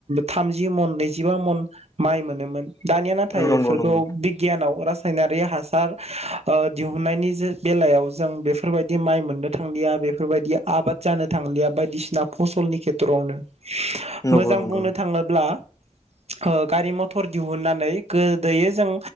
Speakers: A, on the right; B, on the left.
A: थाम जि मन नैजिबा मन माइ मोनोमोन दानिया नाथाय
B: नंगौ
A: बेफोरखौ
B: नंगौ
A: बिगियानाव रासायनारि हासार दिहुननायनि बेलायाव जों बेफोरबायदि माइ मोननो थांलिया बेफोरबायदि आबाद जानो थांलिया बायदिसिना फसलनि खेथ्र'आवनो
B: नंगौ
A: मोजां
B: नंगौ
A: बुंनो थाङोब्ला ओ गारि मथर दिहुननानै गोदो जों